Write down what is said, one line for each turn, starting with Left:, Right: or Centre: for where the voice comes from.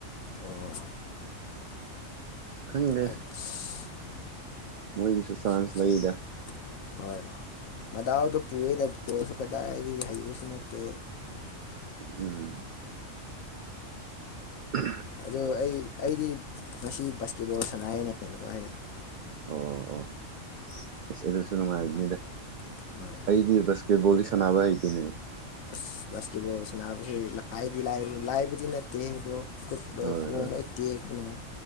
Left: ꯑꯣ
Right: ꯈꯪꯂꯦ
Left: ꯑꯠꯆꯥ
Right: ꯃꯣꯏꯒꯤꯁꯨ ꯆ꯭ꯔꯥꯟꯁ
Left: ꯑꯠꯆꯥ
Right: ꯂꯩꯗ
Left: ꯍꯣꯏ ꯃꯗꯥꯎꯗꯣ ꯄꯨꯏꯗ ꯕꯣꯁꯨ ꯀꯗꯥꯏꯗꯤ ꯍꯩꯕꯁꯨ ꯅꯠꯇꯦ
Right: ꯎꯝ ꯎꯝ
Left: ꯑꯗꯨ ꯑꯩ ꯑꯩꯗꯤ ꯉꯁꯤ ꯕꯥꯁꯀꯦꯠꯕꯣꯜ ꯁꯅꯥꯅꯦ ꯅꯨꯡꯉꯥꯏꯅ
Right: ꯑꯣ ꯑꯣꯁ ꯑꯗꯨꯁꯨ ꯅꯨꯡꯉꯥꯏꯅꯤꯗꯦ
Left: ꯍꯣꯏ
Right: ꯑꯩꯒꯤ ꯕꯁꯀꯦꯠꯕꯣꯜꯗꯤ ꯁꯥꯟꯅꯕ ꯍꯩꯇꯅꯦ
Left: ꯑꯁ ꯕꯥꯁꯀꯦꯠꯕꯣꯜ ꯁꯥꯟꯅꯕꯁ ꯂꯥꯏꯗꯤ ꯂ ꯂꯥꯏꯕꯨꯗꯤ ꯅꯠꯇꯦꯕ꯭ꯔꯣ ꯈꯨꯠꯂꯣꯏ
Right: ꯍꯣꯏ
Left: ꯀꯣꯡ ꯂꯣꯏ ꯇꯦꯛꯄꯅꯦ